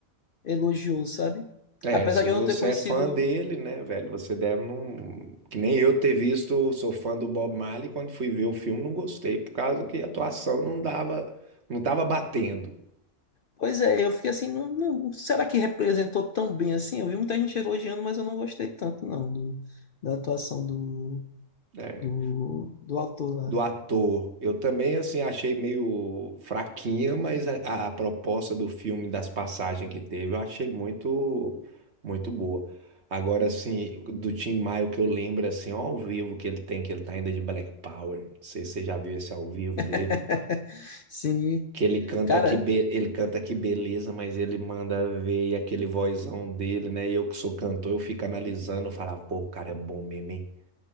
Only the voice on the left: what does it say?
elogiou, sabe?
Apesar
de
eu não ter conhecido.
Pois é, eu fiquei assim, não, não- será que representou tão bem assim? Eu vi muita gente elogiando, mas eu não gostei tanto, não, do, da atuação do,
do, do ator lá.
<laughs> Sim,
cara.